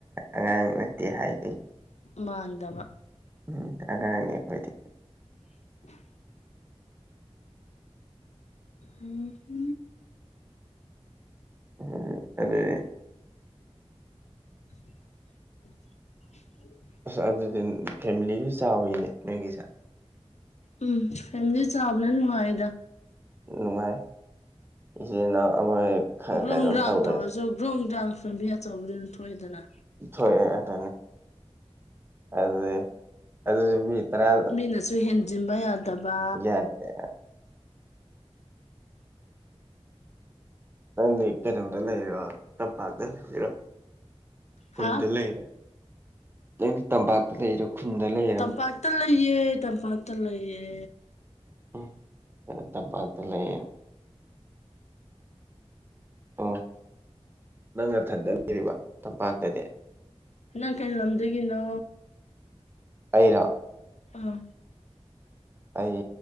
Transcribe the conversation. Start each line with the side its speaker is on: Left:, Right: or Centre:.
Right: ꯑꯉꯥꯡ ꯅꯠꯇꯦ ꯍꯥꯏꯒꯩ
Left: ꯃꯥꯟꯗꯕ
Right: ꯎꯝ ꯑꯉꯥꯡꯅꯤ ꯑꯈꯣꯏꯗꯤ
Left: <inaudible> ꯎꯝ
Right: ꯑꯝ ꯑꯗꯨꯏ
Left: <unintelligible>
Right: ꯑꯁ ꯑꯗꯨꯗꯤ ꯐꯦꯃꯤꯂꯤꯁꯤ ꯆꯥꯎꯋꯤꯅꯦ ꯅꯣꯏꯒꯤꯁꯦ
Left: ꯎꯝ ꯐꯦꯃꯤꯂꯤ ꯆꯥꯎꯕꯅ ꯅꯨꯡꯉꯥꯏꯗ
Right: ꯅꯨꯡꯉꯥꯏ ꯏꯆꯤꯅꯥꯎ ꯑꯃ ꯍꯦꯛ
Left: ꯒ꯭ꯔꯨꯡ
Right: ꯀꯩꯅꯣꯝ
Left: ꯒ꯭ꯔꯥꯡ
Right: ꯇꯧꯔꯦ
Left: ꯇꯧꯔꯁꯨ ꯒ꯭ꯔꯨꯡ ꯒ꯭ꯔꯥꯎꯟ ꯐꯦꯝꯂꯤ ꯑꯆꯧꯕꯗ ꯑꯗꯨꯝ ꯊꯣꯛꯏꯗꯅ
Right: ꯊꯣꯛꯑꯦ ꯑꯗꯨꯅꯤ ꯑꯗꯩ ꯑꯗꯨꯁꯨ ꯃꯤ ꯇꯔꯥ
Left: ꯃꯤꯅꯁꯨ ꯍꯦꯟꯖꯤꯟꯕ ꯌꯥꯗꯕ
Right: ꯌꯥꯗꯦ <unintelligible> ꯂꯩꯔꯣ ꯈꯨꯟꯗ
Left: ꯍꯥ
Right: ꯂꯩꯔꯣ ꯅꯪ ꯇꯝꯄꯥꯛꯇ ꯂꯩꯔꯣ ꯈꯨꯟꯗ ꯂꯩꯔ
Left: ꯇꯝꯄꯥꯛꯇ ꯂꯩꯌꯦ ꯇꯝꯄꯥꯛꯇ ꯂꯩꯌꯦ
Right: ꯍꯨꯝ <unintelligible> ꯇꯄꯥꯛꯇ ꯂꯩꯌꯦ ꯑꯣ ꯅꯪ ꯅꯊꯟꯗ ꯂꯩꯔꯤꯕ ꯇꯝꯄꯥꯛꯇꯗꯤ
Left: ꯅꯪ ꯀꯩ ꯂꯝꯗꯒꯤꯅꯣ
Right: ꯑꯩꯔꯣ
Left: ꯑꯥ
Right: ꯑꯩ